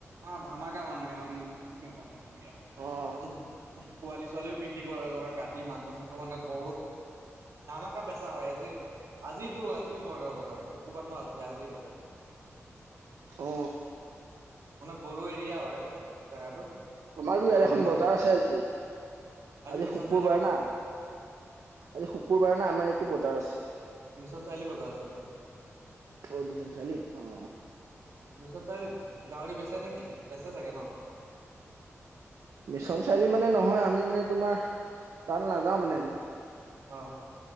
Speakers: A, on the right (about 70°); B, on the right (about 85°).
A: অ ধামাকা মানে গাহৰি বেপাৰ ইয়াত
B: অ',
A: <unintelligible> পোৱালি ছোৱালীও বিক্ৰী কৰে ধৰক কাটি মাংস চাংস মানে বহুত ধামাকা বেচা হয় আজি আজিতো আজি বৰগাঁও বজাৰ শুকুৰবাৰ ন আজি আজি বজাৰ।
B: অ।
A: মানে বড়ো এৰিয়া হয়, জেগাটো।
B: আমাৰো
A: বড়ো
B: ইয়াত এখন
A: মানুহৰে
B: বজাৰ আছে আজি আজি
A: মিছন
B: শুকুৰবাৰ
A: চাৰিআলি বজাৰ
B: না। আজি শুকুৰবাৰ না আমাৰ এইটো বজাৰ আছে।
A: মিছন চাৰিআলি বজাৰ আছে আজি
B: অ মিছন চাৰিআলিত, অ।
A: মিছন চাৰিআলিত গাহৰি বেচে নেকি? বেচে চাগে ন।
B: বিশ্বনাথ চাৰিআলি মানে নহয় আমি মানে তোমাৰ তাত নাযাওঁ মানে আমি
A: অ।